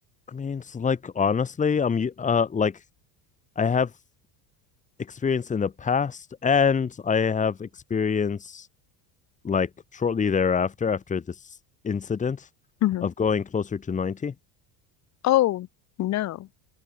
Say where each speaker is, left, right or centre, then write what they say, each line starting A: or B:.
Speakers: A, on the left; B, on the left.
A: I mean, it's like, honestly, I'm, uh, like I have experience in the past and I have experience like shortly thereafter, after this incident
B: hmm
A: of going closer to 90.
B: Oh, no.